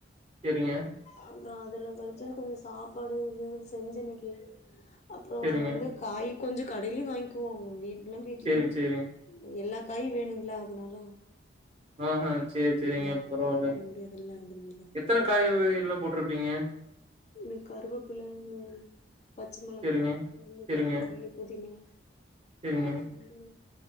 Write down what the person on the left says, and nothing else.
அப்றோ அதுல பறிச்ச கொஞ்ச சாப்பாடு இதுவு செஞ்ச இன்னக்கி அப்றோ
வந்து காய் கொஞ்ச கடையிலயு வாங்கிக்குவோங்க வீ இல்லங் வீட்லயு
எல்லா காயு வேணுங்களா அதனால
எல்லா காயு
போட முடியாதுல்ல அதனாலதா
இந்த கருவேப்பில இந்த பச்ச மெளகா
அப்புறோ வந்து
கொத்தமல்லி புதினா
ஆ அப்பற வந்து